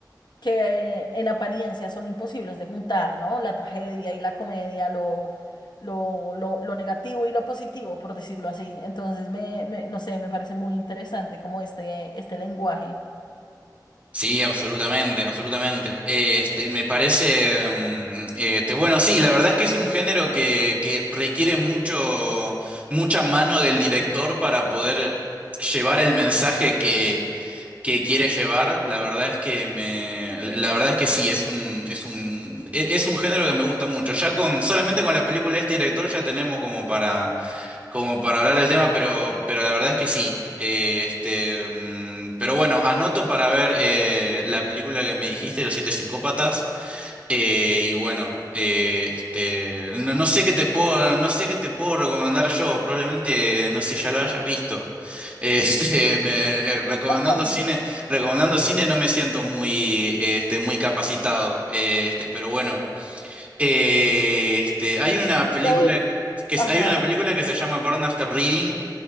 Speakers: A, on the left; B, on the right.
A: que en apariencia son imposibles de juntar, ¿no? La tragedia y la comedia, lo, lo, lo, lo negativo y lo positivo, por decirlo así. Entonces, me, me- no sé, me parece muy interesante como este, este lenguaje.
B: Sí, absolutamente, absolutamente. Eh, Este, me parece, mm, este, bueno, sí, la verdad es que es un género que, que requiere mucho, mucha mano del director para poder llevar el mensaje que quiere llevar, la verdad es que me, la verdad es que sí, es un, es un, e- es un género que me gusta mucho. Ya con, solamente con la película de este director ya tenemos como para, como para hablar del tema, pero, pero la verdad es que sí. Eh, Este, mm, pero bueno, anoto para ver eh, la película que me dijiste, Los Siete Psicópatas. Eh, y bueno, eh, este, no, no sé qué te puedo, no sé qué te puedo recomendar yo, probablemente, no sé, ya lo hayas visto. <laughs> Este, me- eh, recomendando
A: <laughs>
B: cine, recomendando cine no me siento muy, eh, este, muy capacitado. eh, Este, pero bueno, eh, este, hay una película
A: Pues,
B: que, que es-
A: ajá,
B: hay una película que se llama Burn After Reading,